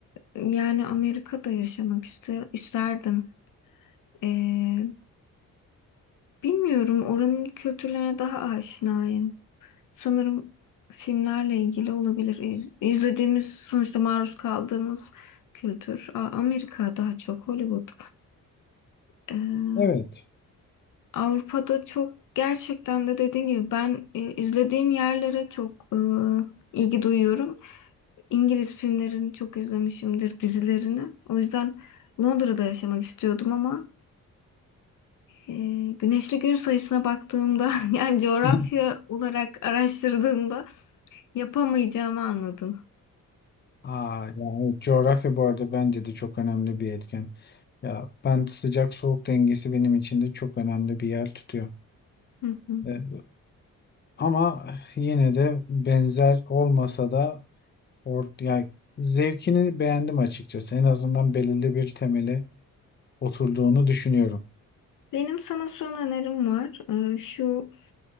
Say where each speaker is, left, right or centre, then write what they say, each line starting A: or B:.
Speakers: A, on the left; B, on the left.
A: E, Yani Amerika'da yaşamak iste isterdim. Ee, bilmiyorum oranın kültürlerine daha aşinayım. Sanırım filmlerle ilgili olabilir. İz- İzlediğimiz sonuçta maruz kaldığımız kültür. A- Amerika daha çok Hollywood. Ee,
B: evet.
A: Avrupa'da çok gerçekten de dediğin gibi ben e, izlediğim yerlere çok e, ilgi duyuyorum. İngiliz filmlerini çok izlemişimdir, dizilerini. O yüzden Londra'da yaşamak istiyordum ama e, güneşli gün sayısına baktığımda <laughs> yani coğrafya
B: <laughs>
A: olarak araştırdığımda yapamayacağımı anladım.
B: Aa, yani evet, coğrafya bu arada bence de çok önemli bir etken. Ya ben sıcak soğuk dengesi benim için de çok önemli bir yer tutuyor.
A: Hı hı.
B: Ee, ama yine de benzer olmasa da or ya zevkini beğendim açıkçası. En azından belirli bir temeli oturduğunu düşünüyorum.
A: Benim sana son önerim var. E, şu